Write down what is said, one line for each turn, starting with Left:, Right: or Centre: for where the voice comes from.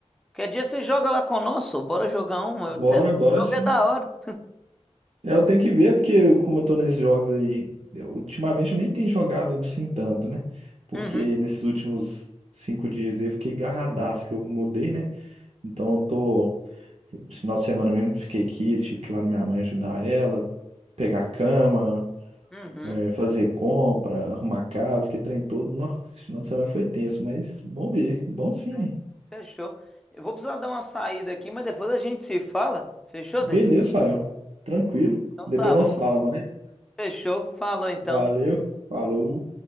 Centre: Qualquer dia você joga lá conosco, bora jogar uma.
Right: Bora,
Centre: Eu, você, o
Right: bora
Centre: jogo
Right: sim.
Centre: é da hora.
Right: É, eu tenho que ver, porque como eu tô nesses jogos aí, eu, ultimamente eu nem tenho jogado assim tanto, né? Porque
Centre: Uhum,
Right: nesses últimos cinco dias aí eu fiquei garradaço que eu mudei, né? Então eu tô. Esse final de semana mesmo eu fiquei aqui, eu tive que ir lá na minha mãe ajudar ela, pegar a cama,
Centre: uhum.
Right: é, fazer compra, arrumar casa, que trem todo. Nossa, esse final de semana foi tenso, mas bom ver, bom sim.
Centre: é, fechou. Eu vou precisar dar uma saída aqui, mas depois a gente se fala. Fechou,
Right: Beleza,
Centre: David?
Right: Fael. Tranquilo.
Centre: Então
Right: Depois
Centre: tá
Right: nós
Centre: bom.
Right: fala mais.
Centre: Fechou. Falou então.
Right: Valeu, falou.